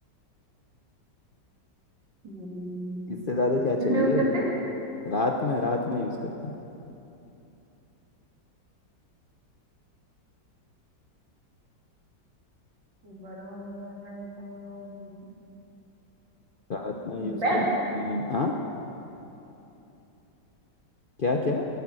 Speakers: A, on the right; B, on the left.
A: हम्म,
B: इससे ज्यादा क्या चाहिए
A: किसमें यूज करते हैं
B: रात में रात में यूज करते हैं
A: बड़ा हो जाता है तो
B: रात में यूज
A: बेड
B: करते हैं हाँ क्या क्या